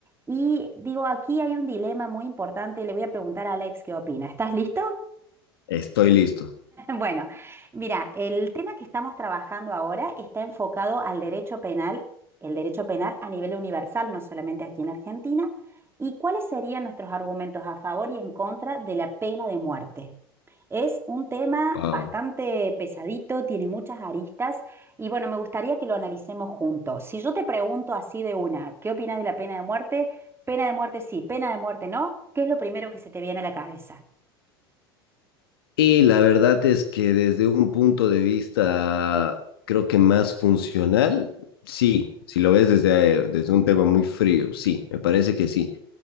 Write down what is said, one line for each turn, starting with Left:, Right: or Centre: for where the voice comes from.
Right: y digo, aquí hay un dilema muy importante y le voy a preguntar a Alex qué opina. ¿Estás listo?
Left: Estoy listo.
Right: Bueno, mira, el tema que estamos trabajando ahora está enfocado al derecho penal, el derecho penal a nivel universal, no solamente aquí en Argentina, y cuáles serían nuestros argumentos a favor y en contra de la pena de muerte. Es un tema
Left: Wow.
Right: bastante pesadito, tiene muchas aristas y bueno, me gustaría que lo analicemos juntos. Si yo te pregunto así de una, ¿qué opinas de la pena de muerte? Pena de muerte sí, pena de muerte no, ¿qué es lo primero que se te viene a la cabeza?
Left: Y la verdad es que desde un punto de vista, creo que más funcional, sí, si lo ves desde, eh, desde un tema muy frío, sí, me parece que sí.